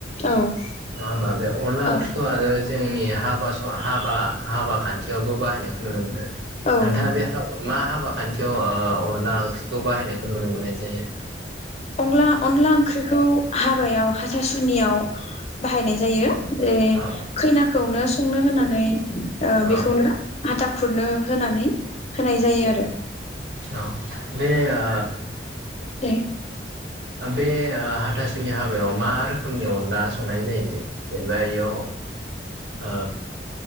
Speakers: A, on the left; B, on the right.
A: औ।
B: नङा होनबा बे अनला ओंख्रिखौ
A: औ
B: आरो जोंनि हाबा स हाबा-हाबा खान्थियावबो बाहायनायखौ नुनो मोनो
A: औ
B: नोंथाङा
A: नंगौ
B: बे हाब मा हाबा खान्थियाव ओ अनला ओंख्रिखौ बाहायनायखौ नुनो मोननाय जायो
A: अनला-अनला ओंख्रिखौ हाबायाव हाथासुनियाव बाहायनाय जायो। जे
B: औ
A: खैना- खौनो संनो होनानै ओ
B: औ
A: बेखौनो हाथा खुरनो होनानै होनाय जायो आरो
B: औ बे आ
A: द <inaudible>
B: बे अ हाथासुनि हाबायाव मा रोखोमनि अनला संनाय जायो जेनेबा इयाव ओ